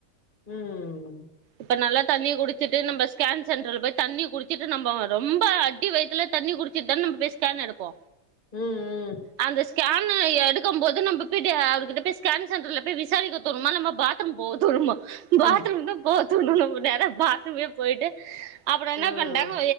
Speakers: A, on the left; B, on the right.
A: ம்
B: இப்ப நல்லா தண்ணிய குடிச்சுட்டு நம்ப ஸ்கேன் சென்ட்ருல போய் தண்ணி குடிச்சுட்டு நம்ப ரொம்ப அ டி வயித்துல தண்ணி குடிச்சிட் தானே நம்ப போய் ஸ்கேன் எடுப்போ
A: ம் ம்
B: அந்த ஸ்கேனு எடுக்கம் போது நம்ப போய்ட்டு அவர் கிட்ட போய் ஸ்கேன் சென்ட்ருல போய் விசாரிக்க தோனுமா நம்ம பாத்ரூம் போக தோனுமா பாத்ரூம்
A: ம்
B: தா போவத்தோனு நம்ம நேரா போய் பாத்ரூமே போய்ட்டு அப்றோ என்ன
A: ம்
B: பண்ட்டாங்க